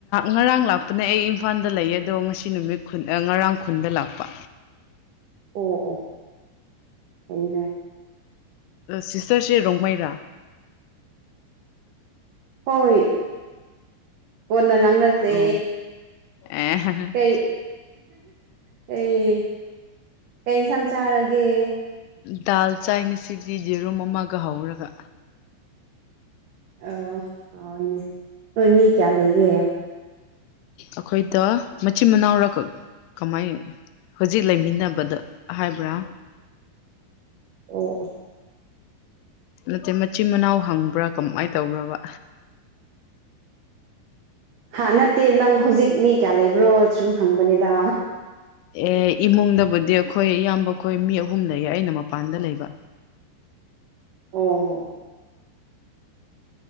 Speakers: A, on the left; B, on the right.
A: ꯉꯔꯥꯡ ꯂꯥꯛꯄꯅꯦ ꯑꯩ ꯏꯝꯐꯥꯜꯗ ꯂꯩ ꯑꯗꯣ ꯉꯁꯤ ꯅꯨꯃꯤꯠ ꯈꯨꯟ ꯉꯔꯥꯡ ꯈꯨꯟꯗ ꯂꯥꯛꯄ
B: ꯑꯣ ꯑꯣ ꯐꯩꯅꯦ
A: ꯁꯤꯁꯇꯔꯁꯦ ꯔꯣꯡꯃꯩꯔꯥ
B: ꯍꯣꯏ ꯀꯣꯟꯅ ꯉꯥꯡꯅꯁꯦ
A: ꯑꯣ ꯑꯦ
B: ꯀꯩ ꯀꯩ ꯀꯩ ꯏꯟꯁꯥꯡ ꯆꯥꯔꯒꯦ
A: ꯗꯥꯜ ꯆꯥꯏ ꯉꯁꯤꯗꯤ ꯌꯦꯔꯨꯝ ꯑꯃꯒ ꯍꯧꯔꯒ
B: ꯑꯣ ꯍꯧꯌꯦꯅꯦ ꯅꯣꯏ ꯃꯤ ꯀꯌꯥ ꯂꯩꯒꯦ
A: ꯑꯈꯣꯏꯗ ꯃꯆꯤꯟ ꯃꯅꯥꯎꯔ ꯀꯃꯥꯏ ꯍꯧꯖꯤꯛ ꯂꯩꯃꯤꯟꯅꯕꯗ ꯍꯥꯏꯕ꯭ꯔꯥ
B: ꯑꯣꯑꯣ
A: ꯅꯠꯇꯦ ꯃꯆꯤꯟ ꯃꯅꯥꯎ ꯍꯪꯕ꯭ꯔꯥ ꯀꯃꯥꯏꯅ ꯇꯧꯕ꯭ꯔꯕ
B: ꯍꯥ ꯅꯠꯇꯦ ꯅꯪ ꯍꯧꯖꯤꯛ ꯃꯤ ꯀꯌꯥ ꯂꯩꯕ꯭ꯔꯣ ꯁꯨꯝ ꯍꯪꯕꯅꯦꯗ
A: ꯑꯦ ꯏꯃꯨꯡꯗꯕꯨꯗꯤ ꯑꯩꯈꯣꯏ ꯏꯌꯥꯝꯕ ꯑꯩꯈꯣꯏ ꯃꯤ ꯑꯍꯨꯝ ꯂꯩꯌꯦ ꯑꯩꯅ ꯃꯄꯥꯟꯗ ꯂꯩꯕ
B: ꯑꯣ ꯍꯣ